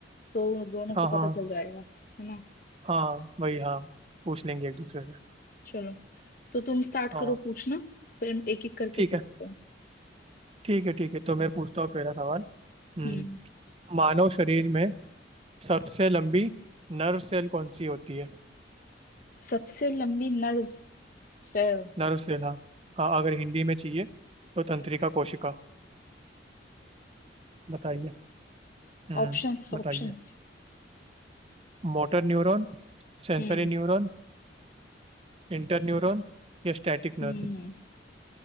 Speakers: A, on the left; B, on the right.
A: तो दोनों को
B: हाँ
A: पता
B: हाँ
A: चल जाएगा है ना
B: हाँ भाई हाँ पूछ लेंगे एक दूसरे से
A: चलो तो तुम स्टार्ट
B: हाँ
A: करो
B: हाँ
A: पूछना फिर हम एक एक करके
B: ठीक
A: पूछते
B: है
A: हैं
B: ठीक है ठीक है तो मैं पूछता हूँ पहला सवाल हम्म,
A: हम्म
B: मानव शरीर में सबसे लंबी नर्व सेल कौन सी होती है
A: सबसे लंबी नर्व सेल
B: नर्व सेल हाँ हाँ अगर हिंदी में चाहिए तो तंत्रिका कोशिका बताइए हम्म
A: Options options
B: बताइए Motor neuron sensory
A: हम्म
B: neuron interneuron या स्टैटिक
A: हम्म
B: नर्व